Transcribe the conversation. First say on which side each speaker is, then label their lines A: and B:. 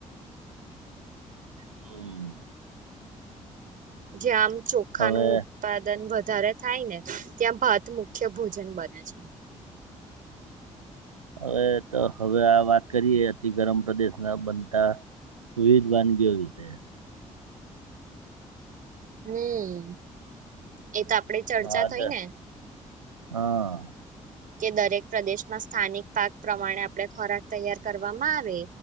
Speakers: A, on the right (about 85°); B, on the right (about 50°).
A: હમ
B: જ્યા આમ ચોખા
A: હવે
B: નું ઉત્પાદન વ ધારે થાય ને ત્યાં ભાત મુખ્ય ભોજન બને છે.
A: હવે તો હવે આ વાત કરીએ અતિ ગરમ પ્રદેશના બનતા વિવિધ વાનગીઓ વિશે.
B: હમ્મ, એ તો આપડે ચર્ચા
A: હા
B: થઈ
A: દ
B: ને
A: હા.
B: કે દરેક પ્રદેશમાં સ્થાનિક પાક પ્રમાણે આપણે ખોરાક તૈયાર કરવામાં આવે